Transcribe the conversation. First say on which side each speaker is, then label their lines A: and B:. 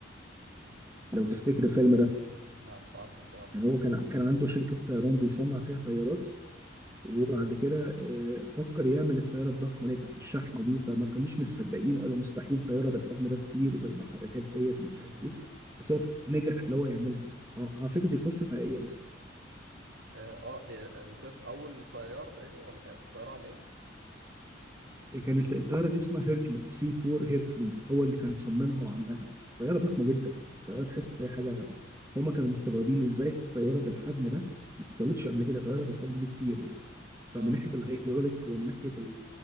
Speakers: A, on the right; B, on the right.
A: إيه؟
B: لو تفتكر الفيلم ده
A: لا مش عارفه الصراحة
B: كان هو كان كان عنده شركة طيران بيصنع فيها طيارات وبعد كده آه، فكر يعمل الطياره الضخمه اللي هي بتاعت الشحن دي فما كانوش مصدقين وقالوا مستحيل طياره بالحجم ده تطير وبالمحركات ديت ومش
A: امم
B: عارف ايه بس هو ف- نجح اللي هو يعملها يعني اه على فكره دي قصه حقيقيه اصلا
A: آه آه، دي القصة أول طيارة تقريبا ولا كانت طيارة عن إيه؟
B: آه، كانت الطياره اللي اسمها هيركلي سي 4 هيركليز هو اللي كان صممها وعملها طياره ضخمه
A: امم
B: جدا طياره تحس ان هي حاجه هما كانوا مستغربين ازاي الطياره بالحجم ده ما حصلتش قبل كده طياره بالحجم دي تطير يعني فمن
A: آه
B: ناحيه الهيدروليك ومن ناحيه